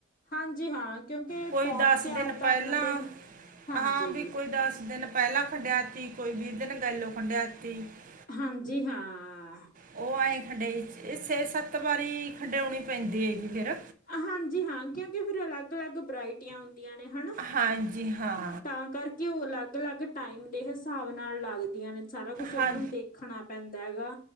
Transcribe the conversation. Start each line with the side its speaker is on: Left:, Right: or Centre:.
Left: ਹਾਂਜੀ ਹਾਂ। ਕਿਉਂਕਿ
Right: ਕੋਈ
Left: ਪੌਦ
Right: ਦਸ
Left: ਤਿਆਰ
Right: ਦਿਨ
Left: ਕਰਨ
Right: ਪਹਿਲਾਂ
Left: ਤੇ ਵੀ ਹਾਂਜੀ,
Right: ਹਾਂ ਵੀ ਕੋਈ ਦਸ ਦਿਨ। ਪਹਿਲਾਂ ਖੰਡਿਆਤੀ ਕੋਈ ਵੀਿ ਦਿਨ ਗਾਇਲੋ ਖੰਡਿਆਤੀ <unintelligible>
Left: ਹਾਂਜੀ ਹਾਂ।
Right: ਉਹ ਆਏਂ ਖੰਡ ਛੇ, ਸੱਤ ਵਾਰੀ ਖੰਡੇਉਣੀ ਪੈਂਦੀ ਹੈ ਜੀ ਫੇਰ
Left: ਹਾਂਜੀ ਹਾਂ ਕਿਉਂਕਿ ਫਿਰ ਅਲੱਗ ਅਲੱਗ ਬਰਾਇਟੀਆਂ ਹੁੰਦੀਆਂ ਨੇ, ਹਨਾ
Right: ਹਾਂਜੀ ਹਾਂ
Left: ਤਾਂ ਕਰਕੇ ਉਹ ਅਲੱਗ, ਅਲੱਗ ਟਾਈਮ ਦੇ ਹਿਸਾਬ ਨਾਲ ਲੱਗਦੀਆਂ ਨੇ ਸਾਰਾ ਕੁਛ ਉਹਨਾਂ
Right: ਹਾਂ
Left: ਨੂੰ ਦੇਖ ਖਣਾ ਪੈਂਦਾ ਹੈਗਾ